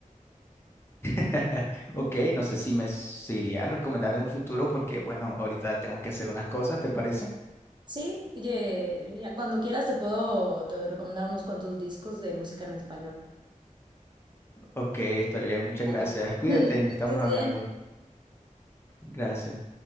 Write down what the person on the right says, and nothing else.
Sí, ye- ya cuando quieras te puedo te recomendar unos cuantos discos de música en español.
Ay.
<laughs>
Que
estés
bien.